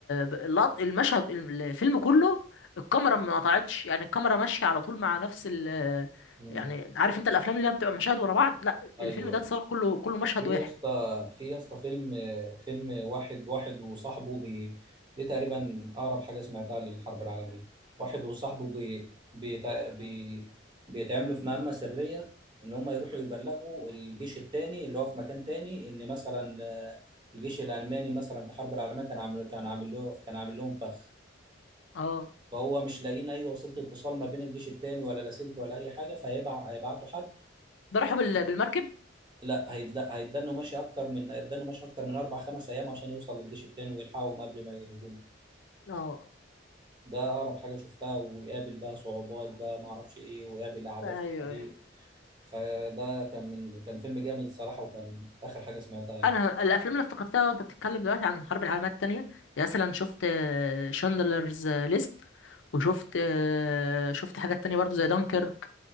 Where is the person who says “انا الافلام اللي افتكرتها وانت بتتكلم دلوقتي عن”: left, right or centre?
Left